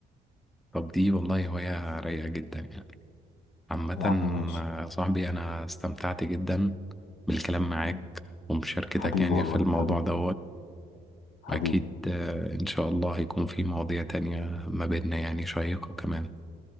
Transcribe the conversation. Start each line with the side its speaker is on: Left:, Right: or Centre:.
Centre: طب دي والله هواية رايقة جدا يعني عامة
Left: يا عم ماشي
Centre: آه، صاحبي أنا استمتعت جدا بالكلام معاك
Left: مم.
Centre: ومشاركتك
Left: حبيبي
Centre: يعني
Left: والله
Centre: في الموضوع
Left: حبيبي
Centre: ده
Left: حبيبي
Centre: أكيد آه، إن شاء الله هيكون في مواضيع تانية ما بيننا يعني شيقة كمان